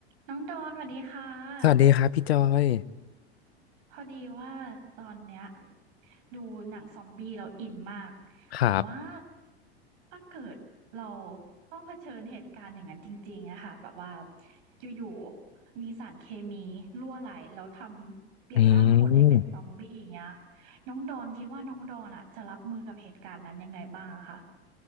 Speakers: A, on the right; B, on the left.
A: น้องดอนสวัสดีค่ะ
B: สวัสดีครับพี่จอย
A: พอดีว่าตอนเนี้ยดูหนังซอมบี้เราอินมาก
B: ครับ
A: แต่ว่าถ้าเกิดเราต้องเผชิญเหตุการณ์อย่างนั้นจริงๆอะค่ะแบบว่าอยู่ๆมีสารเคมีรั่วไหลแล้วทำเปลี่ยนร่างคนให้เป็นซอมบี้อย่างเงี้ย
B: อืม
A: น้องดอนคิดว่าน้องดอนอะจะรับมือกับเหตุการณ์นั้นยังไงบ้างอะคะ